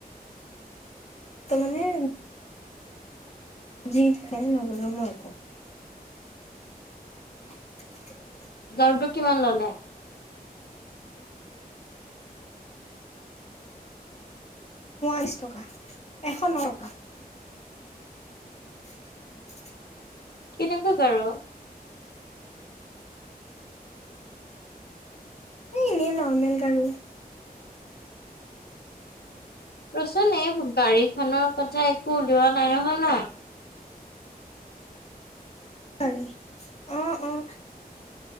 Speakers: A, on the left; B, on the left.
A: তাৰ মানে যি খাই নললো মই একো। <inaudible>
B: গাৰুটো কিমান ললে?
A: এশ টকা, এশ ন টকা। <inaudible>
B: কেনেকুৱা গাৰু
A: এ' এনেই নৰ্মেল গাৰু
B: ৰচোন, এই গাড়ী খনৰ কথা একো উলিওৱা নাই নহয় ন??
A: হয় অঁ অঁ